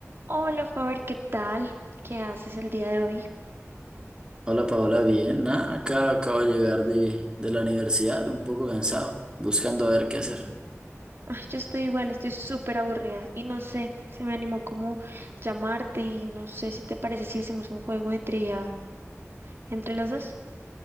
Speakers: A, on the right; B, on the right.
A: Hola, Faber, ¿qué tal? ¿Qué haces el día de hoy?
B: Hola Paola, bien. Nada, acá acabo de llegar de, de la universidad, un poco cansado, buscando a ver qué hacer.
A: Ay, yo estoy igual, estoy súper aburrida y no sé, se me animó como llamarte y no sé si te parece si hacemos un juego de trivia entre los dos.